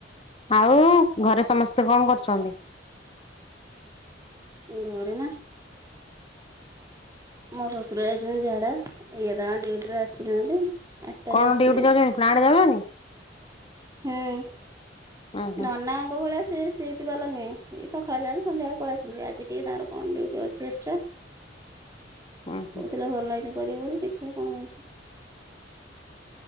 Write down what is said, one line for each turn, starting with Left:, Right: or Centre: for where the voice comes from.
Left: ଆଉ ଘରେ ସମସ୍ତେ କଣ କରୁଛନ୍ତି?
Right: ଘରେ ନା। ମୋ ଶ୍ୱଶୁର ଯାଇଚନ୍ତି ଝାଡା ଇଏ ତାଙ୍କ ଡିଉଟିରୂ ଆସିନାହାନ୍ତି। ଆଠଟାରେ
Left: କଣ
Right: ଆସିବେ
Left: ଡିଉଟି ଯାଉଛନ୍ତି, ପ୍ଲାଣ୍ଟେ ଯାଉଛନ୍ତି?
Right: ହୁଁ।
Left: ଉଁ ହୁଁ
Right: ନନାଙ୍କ ଭଳିଆ ସେ ସେ <unintelligible> ବାଲା ନୁହେଁ, ଏ ସକାଳେ ଯାଆନ୍ତି ସନ୍ଧ୍ୟାବେଳେ ପଳେଇ ଆସନ୍ତି, ଆଜି ଟିକେ ତାଙ୍କର କଣ ଡିଉଟି ଅଛି ଏକ୍ସ୍ରା।
Left: ଉଁ ହୁଁ
Right: କହୁଥିଲେ ଭଲ ଲାଗିନେ କରିବେ ବୋଲି ଦେଖିଆ କଣ ହଉଛି।